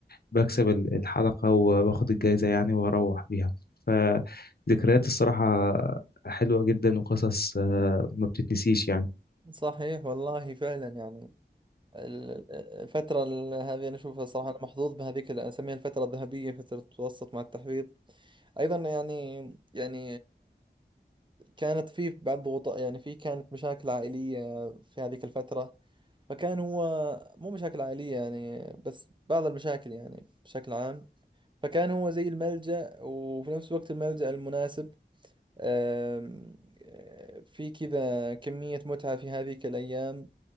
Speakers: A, on the left; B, on the right.
A: بكسب ال- الحلقة وباخد الجايزة يعني وأروح بيها فذكريات الصراحة حلوة جدا وقصص آه، ما بتتنسيش يعني
B: <laughs> صحيح والله فعلا يعني ال- ال- الفترة ال- هذه أنا أشوفها صراحة أنا محظوظ بهذيك اللي أسميها الفترة الذهبية فترة متوسط مع التحفيظ أيضا يعني يعني كانت في بعض ضغوطات يعني في كانت مشاكل عائلية في هذيك الفترة فكان هو مو مشاكل عائلية يعني بس بعض المشاكل يعني بشكل عام فكان هو زي الملجأ وفي نفس الوقت الملجأ المناسب آم، آه، في كذا كمية متعة في هذيك الأيام